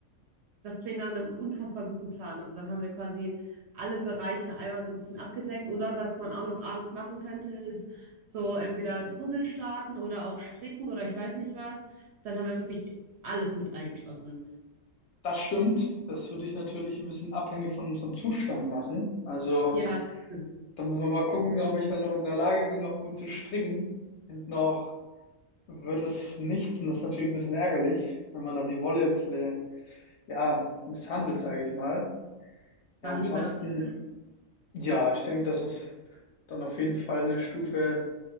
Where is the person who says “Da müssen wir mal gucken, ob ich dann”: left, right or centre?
Left